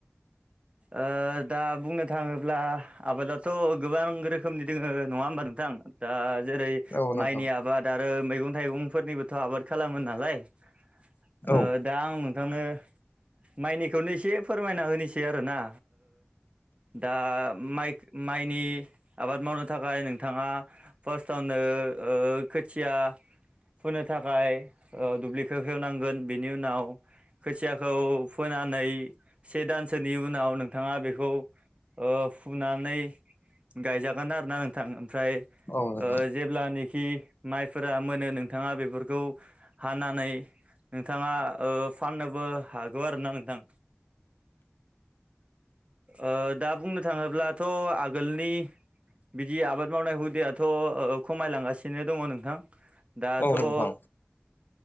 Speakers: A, on the right; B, on the left.
A: ओ दा बुंनो थाङोब्ला आबादाथ' गोबां रोखोम। रोखोमनि दोङो नङा होमबा नोंथां दा जेरै
B: औ नोंथां
A: माइनि आबाद। द आरो मैगं थाइगंफोरनिबोथ' आबाद। खालामो नालाय ओ
B: औ
A: दा आं नोंथांनो। माइनिखौनो एसे फोरमायना होनोसै आरोना दा माइ माइनि आबाद मावनो थाखाय नोंथाङा। फार्स्टआवनो ओ खोथिया फोनो थाखाय ओ दुब्लिखो हेवनांगोन बेनि उनाव खोथियाखौ फोनानै से दान सो उनाव नोंथाङा बेखौ ओ फुनानै गायजागोन आरोना नोंथां। ओमफ्राय
B: औ नोंथां
A: जेब्लानखि माइफोरा मोनो नोंथाङा बेफोर खौ हानानै नोंथाङा ओ फाननोबो हागौ आरोना नोंथां। ओ दा बुंनो थाङोब्लाथ' आगोलनि बिदि आबाद मावनाय हुदायाथ' ओ खमायलांगासिनो दङ नोंथां। दाथ'
B: औ
A: ओ
B: नोंथां